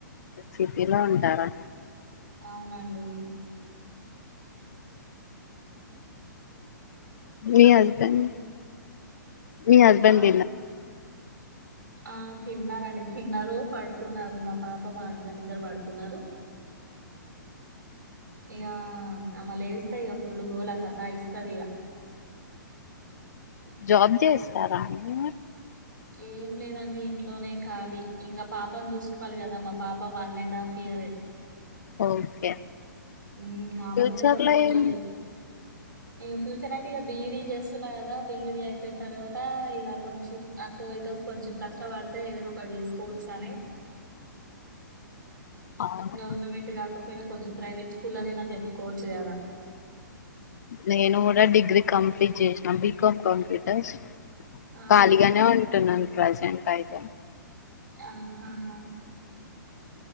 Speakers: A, on the left; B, on the right.
A: సిటీలో ఉంటారా
B: అవునండి
A: మీ హస్బెండ్
B: హ్మ్.
A: మీ హస్బెండ్
B: ఆ!
A: దీన
B: ఆ తిన్నారండి తిన్నారు పడుకున్నారు మా పాప మా హస్బెండ్ ఇద్దరు పడుకున్నారు ఇగా ఆమె లేస్తే ఈక ఫుల్ గోలా సతా ఇస్తది ఈగ
A: జాబ్ చేస్తారాండి
B: ఏం లేదండి ఇంట్లోనే కాలి ఇంకా పాపని చూసుకోవాలి కదా మా పాప వన్ అండ్ హాఫ్ ఇయ్యారే
A: ఓకే
B: ఉ ఆమె
A: ఫ్యూచర్
B: తోటే సరిపోతది
A: లో ఏం
B: ఇక ఫ్యూచర్ అంటే ఇక బిఈడీ చేస్తున్నా కదా బిఈడీ అయిపోయిన తర్వాత ఇక కొంచెం అటో ఇటో కొంచెం కష్టపడితే ఏదైనా ఒకటి చేసుకోవచ్చు తానే
A: అవును
B: గవర్నమెంట్ కాకపోయినా కొంచె ప్రైవేట్ స్కూల్లో నైనా చెప్పుకోవచ్చు కదా
A: నేను కూడా డిగ్రీ కంప్లీట్ చేసినా బీకం కంప్యూటర్స్
B: అవునా?
A: ఖాళీగానే ఉంటున్నాను ప్రజెంట్ అయితే
B: ఆహా